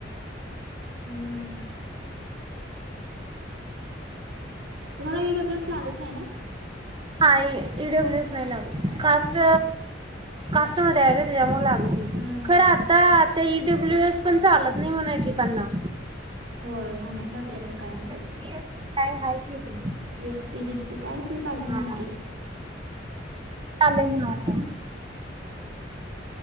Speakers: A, on the right; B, on the right.
A: हम्म‌् तुमाला ई डब्ल्यू एस लागत नाही ना?
B: नाई ई डब्ल्यू एस नई लागत कास्ट कास्टमध्ये आय गं तिज्यामुळ लाग
A: हम्म
B: खरं आता आता ई डब्ल्यू एस पण चालत नई म्हणूया की त्यांना
A: होय म्हणाय लागल्यात म काय म्हणत्यात.
B: बी एस काय हाय? की ते
A: एस सी बिस्सी काय तरी पाहिजे
B: हा
A: म्हणी ते
B: <unintelligible> मग आता